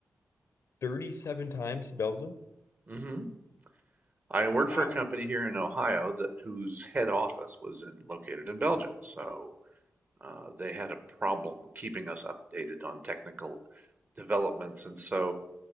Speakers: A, on the left; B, on the right.
A: 37 times he belted him?
B: hmm I worked
A: Wow.
B: for a company here in Ohio that whose head office was in located in Belgium. So Uh, they had a problem keeping us updated on technical developments, and so